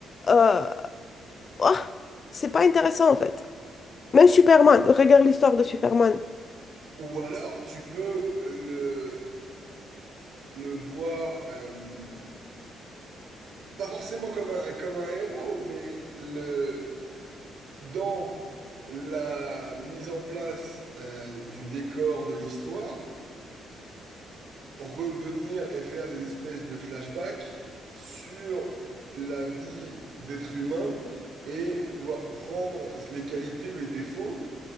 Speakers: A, on the left; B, on the right.
A: euh, ah, c'est pas intéressant en fait même Superman regarde l'histoire de Superman
B: ou alors, tu peux le, le voir, euh, pas forcément comme un, comme un héros, mais le, dans la mise en place euh, du décor de l'histoire, revenir et faire des espèces de flashbacks sur la vie d'être humain et voir- prendre les qualités ou les défauts